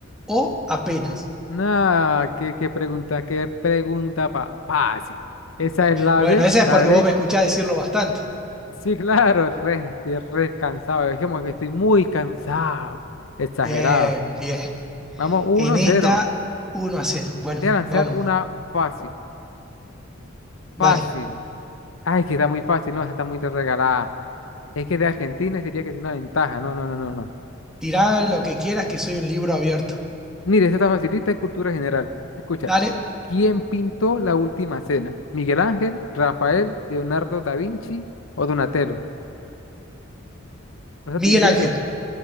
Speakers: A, in the centre; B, on the left (about 80°).
A: o apenas.
B: no, qué, qué pregunta, qué pregunta pa- fácil. Esa es la
A: Bueno,
B: B,
A: esa
B: la
A: es porque
B: B.
A: vos me escuchás decirlo bastante.
B: Sí, claro, re, estoy re cansado. Es como que estoy muy cansado. Exagerado.
A: Bien, bien.
B: Vamos, 1-0.
A: En esta, uno a cero Bueno,
B: Voy a lanzar
A: vamos,
B: una fácil. Fácil.
A: dale.
B: Ay, que está muy fácil. No, esta está muy regalada. Es que de Argentina sería que es una ventaja. No, no, no, no, no.
A: Tirá lo que quieras, que soy un libro abierto.
B: Mire, esta está facilita, es cultura general. Escucha.
A: Dale,
B: ¿Quién pintó la última cena? ¿Miguel Ángel, Rafael, Leonardo da Vinci o Donatello? Eso
A: Miguel
B: está difícil.
A: Ángel.